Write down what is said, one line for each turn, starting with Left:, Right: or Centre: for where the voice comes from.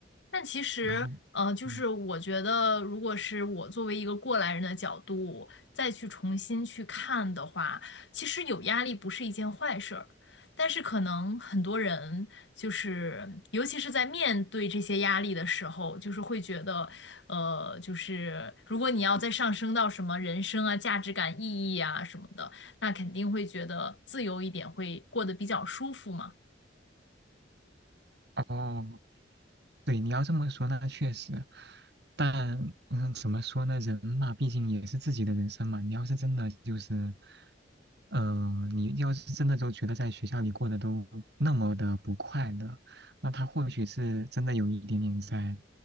Left: 但其实，
Right: 然后。
Left: 呃，就是我觉得，
Right: 嗯。
Left: 如果是我作为一个过来人的角度，再去重新去看的话，其实有压力不是一件坏事儿。但是可能很多人就是，尤其是在面对这些压力的时候，就是会觉得，呃，就是如果你要再上升到什么人生啊、价值感、意义啊什么的，那肯定会觉得自由一点会过得比较舒服嘛。
Right: 哦，对，你要这么说，那确实，但嗯，怎么说呢？人嘛，毕竟也是自己的人生嘛。你要是真的就是，呃，你要是真的都觉得在学校里过得都那么的不快乐，那他或许是真的有一点点在，